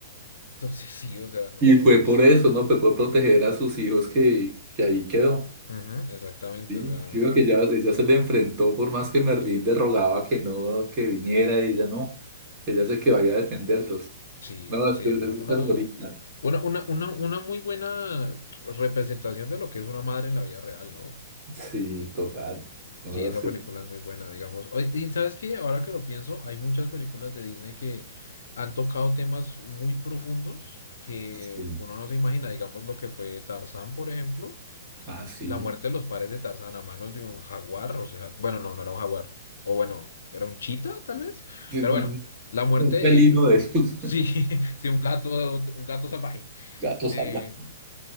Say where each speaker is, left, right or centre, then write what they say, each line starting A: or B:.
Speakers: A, on the left (about 65°); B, on the right (about 30°).
A: <laughs> Entonces sí, o sea, no
B: Y fue
A: es...
B: por eso, ¿no? Fue por proteger a sus hijos que, que ahí quedó.
A: Ujú, exactamente,
B: Sí,
A: o sea...
B: sí, porque ya, ella se le enfrentó, por más que Merlín le rogaba que no, que viniera, y ella no. Ella se quedó ahí a defenderlos.
A: Sí,
B: No, es
A: sí,
B: que es
A: no,
B: súper
A: una,
B: bonita.
A: una, una, una, una muy buena representación de lo que es una madre en la vida real, ¿no?
B: Sí, total. No,
A: Sí, esa
B: es que-
A: película es muy buena, digamos. Oye, Y sabes que ahora que lo pienso, hay muchas películas de Disney que han tocado temas muy profundos que
B: sí.
A: uno no se imagina, digamos lo que fue Tarzán, por ejemplo.
B: Ah, sí.
A: La muerte de los padres de Tarzán a manos de un jaguar, o sea, bueno, no, no era un jaguar, o bueno, era un chita tal vez,
B: Sí,
A: pero
B: no,
A: bueno, la muerte
B: Un
A: de
B: felino
A: ellos,
B: de esos
A: sí, <laughs> sí, un gato, un gato salvaje,
B: <laughs> gatos
A: de,
B: salvajes.